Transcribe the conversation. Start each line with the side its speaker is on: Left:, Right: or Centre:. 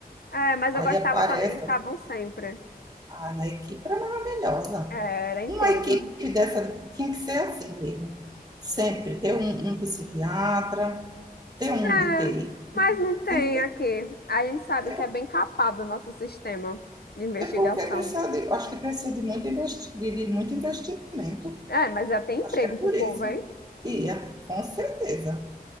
Left: É, mas
Right: Aí
Left: eu gostava
Right: aparece,
Left: quando eles estavam sempre.
Right: ah, na equipe era maravilhosa.
Left: É, era incrível.
Right: Uma equipe dessa tinha que ser assim mesmo. Sempre ter um, um psiquiatra, ter um
Left: É,
Right: de T I
Left: mas não tem
Right: Tem que ter.
Left: aqui. A gente sabe
Right: é
Left: que é bem capado o nosso sistema de investigação.
Right: É porque precisa de, acho que precisa de muito, investi- de, de muito investimento.
Left: É, mas já tem emprego
Right: Acho que é
Left: pro
Right: por
Left: povo,
Right: isso.
Left: hein?
Right: Ia, com certeza.